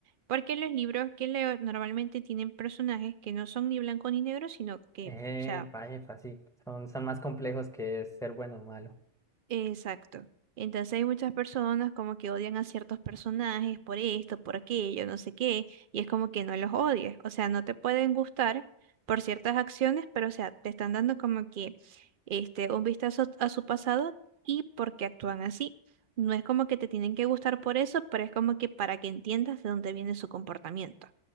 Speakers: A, on the right; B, in the centre.
A: porque los libros que leo normalmente tienen personajes que no son ni blanco ni negro, sino que,
B: Eh,
A: o sea,
B: epa, sí. Son, son más complejos que ser bueno o malo.
A: Exacto. Entonces hay muchas personas como que odian a ciertos personajes por esto, por aquello, no sé qué, y es como que no los odies, o sea, no te pueden gustar por ciertas acciones, pero o sea, te están dando como que este un vistazo a su pasado y por qué actúan así. No es como que te tienen que gustar por eso, pero es como que para que entiendas de dónde viene su comportamiento.